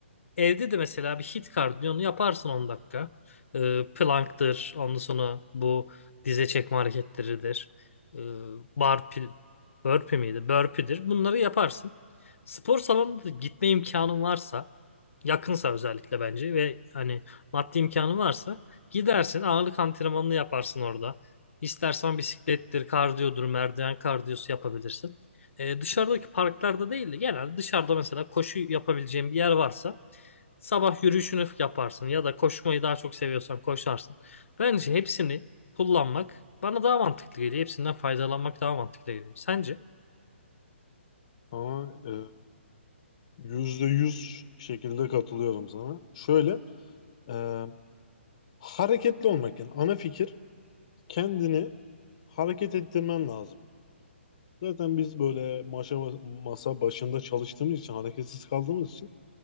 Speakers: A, on the left; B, on the left.
A: evde de mesela bir hit kardiyonu yaparsın 10 dakika. Ee, plank'tır, ondan sonra bu dize çekme hareketleridir. Ee, burpee, burpee miydi? Burpee'dir. Bunları yaparsın. Spor salonuna da gitme imkanın varsa yakınsa özellikle bence ve hani maddi imkanı varsa gidersin ağırlık antrenmanını yaparsın orada. İstersen bisiklettir, kardiyodur, merdiven kardiyosu yapabilirsin. Ee, dışarıdaki parklarda değil de genelde dışarıda mesela koşu yapabileceğin bir yer varsa sabah yürüyüşünü yaparsın ya da koşmayı daha çok seviyorsan koşarsın. Bence hepsini kullanmak bana daha mantıklı geliyor. Hepsinden faydalanmak daha mantıklı geliyor. Sence?
B: Ama e, yüzde yüz şekilde katılıyorum sana. Şöyle e, hareketli olmak yani ana fikir kendini hareket ettirmen lazım. Zaten biz böyle maşa, masa başında çalıştığımız için hareketsiz kaldığımız için